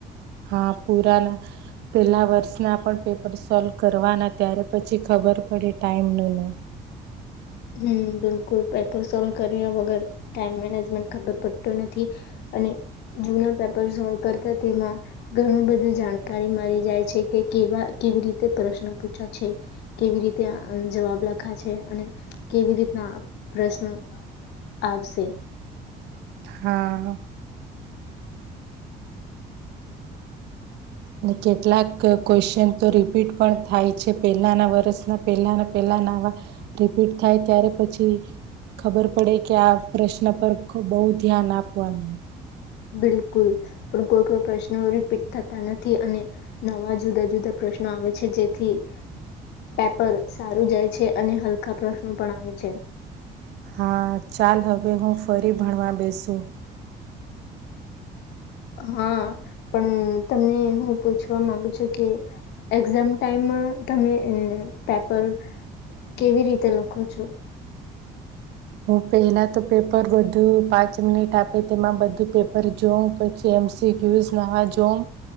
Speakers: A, on the right (about 80°); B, on the left (about 80°).
A: હા પૂરાના. પેલા વર્ષના પણ પેપર સોલ્વ કરવાના ત્યારે પછી ખબર પડે ટાઈમ ની.
B: હમ્મ, બિલકુલ પેપર સોલ્વ કર્યો વગર, ટાઈમ મેનેજમેન્ટ ખબર પડતું નથી. અને જૂના પેપર સોલ્વ કરતા તેમાં. ઘણું બધું જાણકારી મળી જાય છે કે કેવા કેવી રીતે પ્રશ્ન પૂછે છે. કેવી રીતે આન જવાબ લખા છે, અને કેવી રીતના પ્રશ્ન આવશે.
A: હા. અને કેટલાક ક્વેશ્ચન તો રિપીટ પણ થાય છે પહેલાના વર્ષના પહેલાના પહેલા નાવા રિપીટ થાય ત્યારે પછી ખબર પડે કે આ પ્રશ્ન પર બહુ ધ્યાન આપવાનું.
B: બિલકુલ, પણ કોઈ કોઈ પ્રશ્નો રિપીટ થતા નથી અને નવા જુદા જુદા પ્રશ્નો આવે છે, જેથી પેપર સારું જાય છે, અને હલકા પ્રશ્નો પણ આવે છે.
A: હા ચાલ હવે હું ફરી ભણવા બેસુ.
B: હા, પણ તમને હું પૂછવા માંગુ છું કે એક્ઝામ ટાઈમમાં તમે પેપર કેવી રીતે લખો છો
A: હું પહેલા તો પેપર બધું પાંચ મિનિટ આપે તેમાં બધું પેપર જોઉં પછી એમ સી ક્યવીઝ ને આવા જોમ